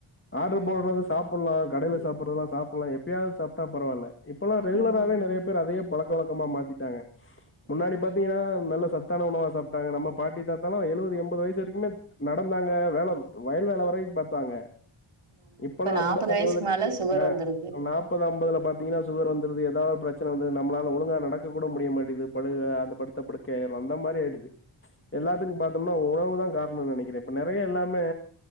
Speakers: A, on the left (about 25°); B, on the right (about 80°).
A: ஆர்டரு
B: ம்
A: போட்றது சாப்புல்லா கடைல சாப்புடுறதலா சாப்புல்லா எப்பயாவ்து சாப்ட்டா பரவால இப்பெல்லா ரெகுலராவே
B: ம்
A: நறையா பேர் அதயே பழக்க வழக்கமா மாத்திட்டாங்க முன்னாடி
B: ம்
A: பாத்தீங்கன்னா நல்ல ச த்தான உணவா சாப்ட்டாங்க நம்ம பாட்டி தாத்தா லா எழுவது எம்பது வய்சு வரக்குமே நடந்தாங்க வேல வயல் வேல வரைக்கு பாத்தாங்க
B: ஆமா
A: இப்பெல்லாம்
B: இப்ப நாப்பது
A: ஐம்பது அறுவது
B: வயசுக்கு மேல சுகர்
A: ஆ
B: வந்துருது
A: நாப் ப்பது அம்பதுல பாத்தீங்கன்னா சுகர் வந்துருது எதாவது ப்ரச்சன வந்துருது நம்பளால ஒழுங்கா நடக்க கூட முடிய மாட்டீது ப அந்த படுத்த படுக் கை ஆய்ர்றோ அந்த மாரி ஆயிடுது எல்லாத்துக்கும் பாத்தோம்னா உணவு தா காரணொ‌னு நனைக்கிறே நறையா எல்லாமே